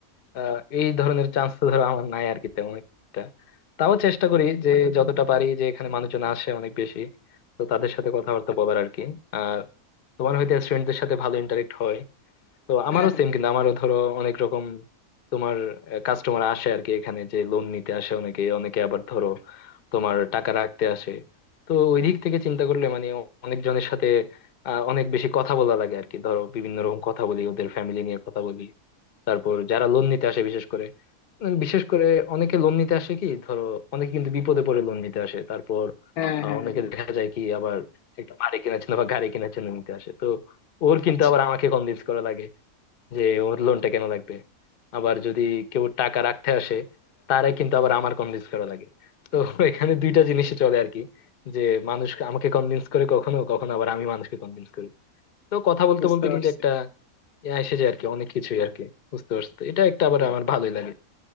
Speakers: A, on the left; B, on the left.
A: আহ, এই ধরনের চান্স তো ধরো আমার নাই আর কি তেমন একটা তাও চেষ্টা করি যে যতটা পারি যে এখানে মানুষজন আসে অনেক বেশি তো তাদের সাথে কথাবার্তা বলার আর কি আর তোমার হয়তো স্টুডেন্টদের সাথে ভালো ইন্টারেক্ট হয় তো আমারও
B: হ্যাঁ হ্যাঁ
A: সেম কিন্তু আমারও ধরো অনেক রকম তোমার কাস্টমার আসে আর কি এখানে যে লোন নিতে আসে অনেকে অনেকে আবার ধরো তোমার টাকা রাখতে আসে তো ওই দিক থেকে চিন্তা করলে মানে অনেকজনের সাথে আহ, অনেক বেশি কথা বলা লাগে আর কি ধরো বিভিন্ন রকম কথা বলি ওদের ফ্যামিলি নিয়ে কথা বলি তারপর যারা লোন নিতে আসে বিশেষ করে উম, বিশেষ করে অনেকে লোন নিতে আসে কি ধরো অনেকে কিন্তু বিপদে পড়ে লোন নিতে আসে তারপর
B: হ্যাঁ
A: আহ,
B: হ্যাঁ
A: অনেকে
B: হ্যাঁ
A: দেখা যায় কি আবার একটা বাড়ি কেনার জন্য বা গাড়ি কেনার জন্য নিতে আসে তো ওর কিন্তু
B: আচ্ছা
A: আবার আমাকে কনভিন্স করা লাগে যে ওর লোনটা কেন লাগবে আবার যদি কেউ টাকা রাখতে আসে তারে কিন্তু আবার আমার কনভিন্স করা লাগে তো এখানে দুইটা জিনিসই চলে আর কি যে মানুষ আমাকে কনভিন্স করে কখনো কখনো আবার আমি মানুষকে কনভিন্স করি তো কথা বলতে
B: বুঝতে
A: বলতে
B: পারছি
A: কিন্তু একটা ইয়া এসে যায় আর কি অনেক কিছুই আর কি বুঝতে পারছো তো এটা একটা আবার আমার ভালোই লাগে